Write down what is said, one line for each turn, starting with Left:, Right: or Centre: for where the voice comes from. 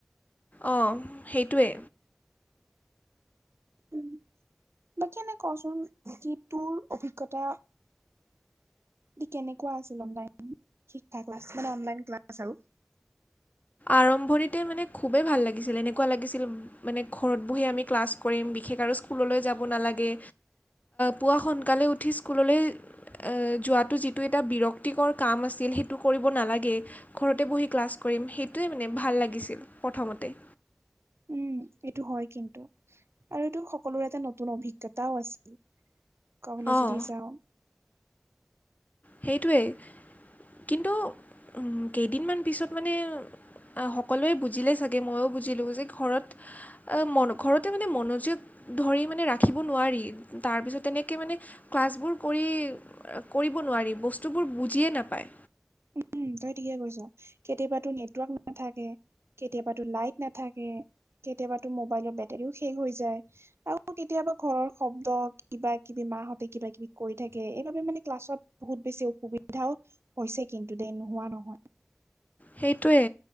Left: অ সেইটোৱে
Right: উম বাকী এনেই ক চোন যি তোৰ অভিজ্ঞতা কেনেকোৱা আছিল অনলাইন শিক্ষা ক্লাছ মানে অনলাইন ক্লাছ আৰু
Left: আৰম্ভণিতে মানে খুবেই ভাল লাগিছিল এনেকুৱা লাগিছিল মানে ঘৰত বহি আমি ক্লাছ কৰিম বিশেষ আৰু স্কুললৈ যাব নালাগে পুৱা সোনকালে উঠি স্কুললৈ এ যোৱাটো যিটো এটা বিৰক্তিকৰ কাম আছিল সেইটো কৰিব নালাগে। ঘৰতে বহি ক্লাছ কৰিম সেইটোৱে মানে ভাল লাগিছিল প্ৰথমতে।
Right: উম, এইটো হয় কিন্তু। আৰু এইটো সকলোৰে এটা নতুন অভিজ্ঞতাও আছিল কবলে
Left: অঁ
Right: যদি যাওঁ।
Left: সেইটোৱেই কিন্তু উম কেইদিনমান পিছত মানে আ, সকলোৱে বুজিলে চাগে ময়ো বুজিলোঁ যে ঘৰত এ ঘৰতে মানে মনোযোগ ধৰি মানে ৰাখিব নোৱাৰি তাৰ পিছত তেনেকে মানে ক্লাছবোৰ কৰি কৰিব নোৱাৰি বস্তুবোৰ বুজিয়ে নাপায়।
Right: উম তই ঠিকে কৈছ কেতিয়াবাতো নেটৱৰ্ক নাথাকে। কেতিয়াবাতো লাইট নাথাকে, কেতিয়াবাতো মোবাইলৰ বেটাৰীও শেষ হৈ যায়। আও কেতিয়াবা ঘৰৰ শব্দ কিবা- কিবি মাহঁতে কিবা -কিবি কৈ থাকে এইবাবে মানে ক্লাছত বহুত বেছি অসুবিধাও হৈছে কিন্তু দে নোহোৱা নহয়।
Left: সেইটোৱে